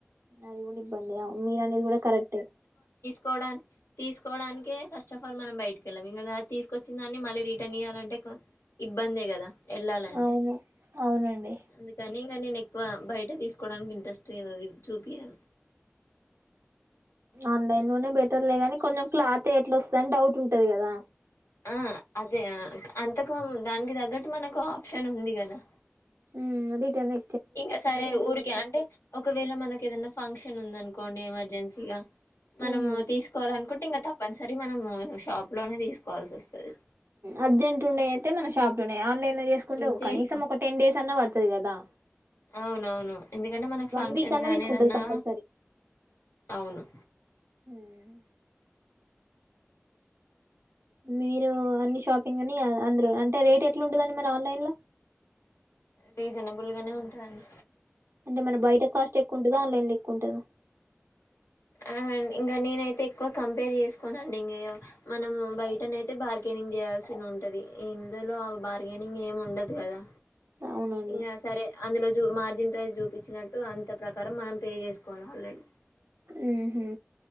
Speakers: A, on the right; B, on the left.
A: అవును దాన్లో మీరు అనేది కూడా కరెక్టే
B: కోడాన్ తీసుకోవడానికే ఫస్ట్ ఆఫ్ ఆల్ మనం బయటికి వెళ్ళాం ఇంక తీసుకొచ్చిన దాన్ని మళ్ళీ రిటర్న్ ఇయ్యాలంటే ఎందుకు ఇబ్బందే కదా వెళ్ళాలంటే
A: అవును అవునండి
B: అందుకని ఇంకా నేను ఎక్కువ బయట తీసుకు తీసుకోవడానికి ఇంట్రెస్ట్ ఏ చూపియను
A: ఆన్లైన్ లోనే బెటర్ కదా కొంచెం క్లాతే ఎట్లా వస్తుందిని డౌట్ ఉంటది కదా
B: ఆ అదే అంతకు దానికి తగ్గట్టు మనకు ఆప్షన్ ఉంది కదా
A: మ్మ్ ఉడకని
B: ఇంకా సరే ఊరికే అంటే ఒకవేళ మనకి ఏదైనా ఫంక్షన్ ఉంద అనుకోండి ఎమర్జెన్సీగా మనము
A: ఉమ్
B: తీసుకోవాలి అనుకుంటే ఇంకా తప్పనిసరి మనము షాప్ లోనే తీసుకోవాల్సి వస్తాది
A: అర్జెంట్ ఉన్నాయి అయితే మన షాప్ లోనే ఆన్లైన్
B: హ్మ్ తీసుకో
A: కనీసం ఒక టెన్ డెస్ అన్న పడుతుంది కదా
B: అవునవును ఎందుకంటే మనకు
A: వన్
B: ఫంక్షన్స్
A: విక్ అన్న
B: గానీ
A: పడుతుంది
B: ఏదన్నా
A: కంపల్సరీ
B: అవును
A: హ్మ్ మీరు అన్ని షాపింగ్ అని అందరు అంటే రేట్ ఎట్లా ఉంటుందండి మరి ఆన్లైన్ లో
B: రీజనబుల్ గానే ఉంటాది
A: అంటే మన బయట కాస్ట్ ఎక్కువ ఉంటాద ఆన్లైన్ లొ కుంటద
B: ఆ ఇంకా నేనైతే ఎక్కువ కంపేర్ చేసుకోని అండి ఇంక మనం బయటన అయితే బార్గెనింగ్ చేయాల్సిన ఉంటది ఇందులో బార్గెనింగ్ ఏం ఉండదు కదా
A: అవునండి
B: ఇగ సరే అందులో మార్జిన్ ప్రైస్ చూపించినట్టు అంత ప్రకారం మనం పే చేసుకోవాలి ఆల్రెడీ
A: ఉహు